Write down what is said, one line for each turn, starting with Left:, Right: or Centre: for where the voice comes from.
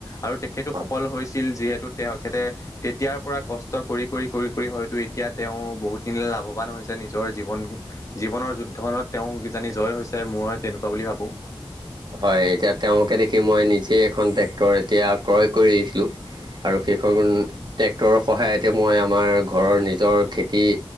Left: আৰু তেখেতো
Right: হয়
Left: সফল হৈছিল, যিহেতু তেখেতে তেতিয়াৰ পৰা কষ্ট কৰি, কৰি, কৰি, কৰি, হয়তো এতিয়া তেওঁ বহুতখিনি লাভৱান হৈছে, নিজৰ জীৱন জীৱনৰ যুদ্ধখনত তেওঁ কিজানি জয় হৈছে, মই তেনেকুৱা
Right: হয় এতিয়া তেওঁলোকে দেখি মই নিজে এখন ট্ৰেক্টৰ, এতিয়া ক্ৰয় কৰিছিলো। আৰু সেইখন ট্ৰেক্টৰৰ সহায়তে মই আমাৰ ঘৰৰ নিজৰ খেতি